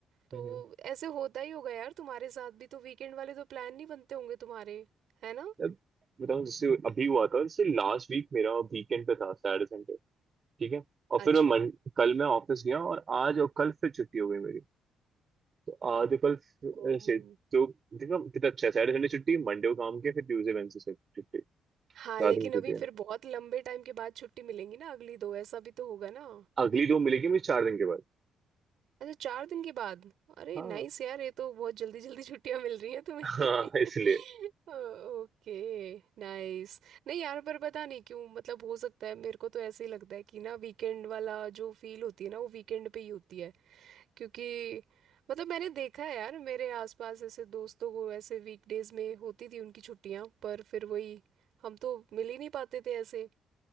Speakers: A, on the right; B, on the right.
A: तो
B: हम्म
A: ऐसे होता ही होगा यार तुम्हारे साथ भी तो वीकेंड वाले तो प्लान नहीं बनते होंगे तुम्हारे है ना
B: अब बताओ जैसे अभी हुआ था जैसे लास्ट वीक मेरा वीकेंड पे था सैटरडे संडे ठीक है और फिर
A: अच्छा
B: मैं मन, कल मैं ऑफिस गया और आज और कल फिर छुट्टी हो गई मेरी तो आज और कल फिर
A: ओह
B: से तो देखो कितना अच्छा है, सैटरडे संडे छुट्टी मंडे को काम किया फिर ट्यूसडे वेडनेसडे से छुट्टी चार
A: हाँ लेकिन
B: दिन की
A: अभी
B: छुट्टी है
A: फिर बहुत लंबे टाइम के बाद छुट्टी मिलेंगी ना अगली दो ऐसा भी तो होगा ना
B: अगली दो मिलेगी मुझे चार दिन के बाद
A: अच्छा चार दिन के बाद अरे
B: हाँ
A: नाइस यार ये तो बहुत जल्दी जल्दी छुट्टियां मिल रही हैं तुम्हें
B: हाँ
A: <laughs>
B: इसलिए
A: Okay nice नहीं यार पर पता नहीं क्यों मतलब हो सकता है मेरे को तो ऐसे ही लगता है कि ना वीकेंड वाला जो फील होती है ना वो वीकेंड पे ही होती है क्योंकि मतलब मैंने देखा है यार मेरे आसपास ऐसे दोस्तों को ऐसे वीकडेज में होती थी उनकी छुट्टियां पर फिर वही हम तो मिल ही नहीं पाते थे ऐसे